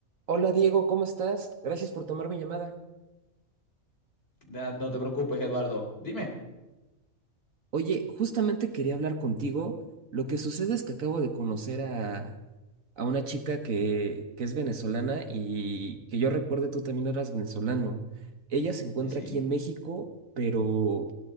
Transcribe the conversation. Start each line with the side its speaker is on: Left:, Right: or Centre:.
Right: Hola Diego, ¿cómo estás? Gracias por tomar mi llamada.
Left: Da- No te preocupes, Eduardo. Dime.
Right: Oye, justamente quería hablar contigo. Lo que sucede es que acabo de conocer a, a una chica que, que es venezolana y que yo recuerde tú también eras venezolano. Ella se encuentra
Left: Sí, sí.
Right: aquí en México, pero